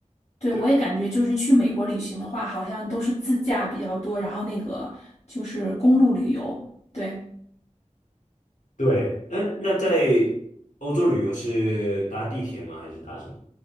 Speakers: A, on the left (about 60°); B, on the left (about 75°).
A: 对，
B: 对
A: 我也感觉就是去美国旅行的话，好像都是自驾比较多，然后那个就是公路旅游。对，
B: 对，那那在欧洲旅游是搭地铁吗？还是搭什么？